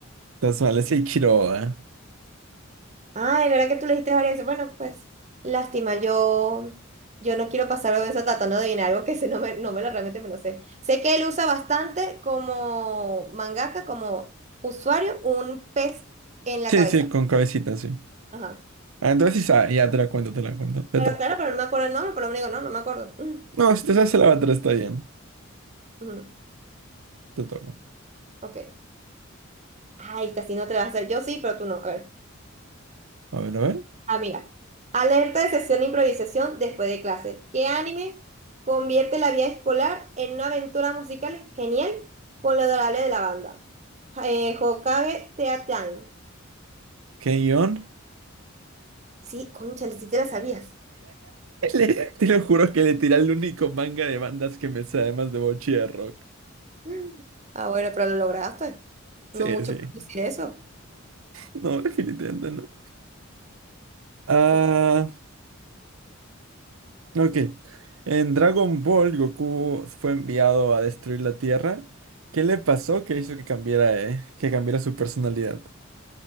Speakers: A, on the right; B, on the right.
A: Estás mal, es Ichiro, ¿eh?
B: Ay, ¿verdad que tú le dijiste varias veces? Bueno, pues, lástima, yo, yo no quiero pasar vergüenza tratando de adivinar algo que sé, no me, no me lo realmente me lo sé. Sé que él usa bastante como mangaka, como usuario, un pez en la
A: Sí,
B: cabeza.
A: sí, con cabecita, sí.
B: Ajá.
A: Ah, entonces sí sabe, ya te la cuento, te la cuento. Te
B: Pero
A: toca.
B: claro, pero no me acuerdo el nombre, por lo menos digo, no, no me acuerdo. Mm,
A: No, si te sabes el avatar está bien.
B: ujú,
A: Te toco.
B: Ok. Ay, esta sí no te la vas a hacer. Yo sí, pero tú no. A ver.
A: A ver, a ver.
B: Amiga, alerta de sesión de improvisación después de clase. ¿Qué anime convierte la vida escolar en una aventura musical genial con lo adorable de la banda? Eh, Hokage Teatime.
A: ¿Qué guión?
B: Sí, concha, sí te la sabías.
A: <laughs> Le- te lo juro que le tiré el único manga de bandas que me sé, además de Bochierro.
B: Mm. Ah, bueno, pero lo lograste. No
A: Sí,
B: mucho
A: sí.
B: por decir eso.
A: No, <laughs> definitivamente no. Ah,
B: Co-
A: ok. En Dragon Ball, Goku fue enviado a destruir la Tierra. ¿Qué le pasó que hizo que cambiara, eh, que cambiara su personalidad?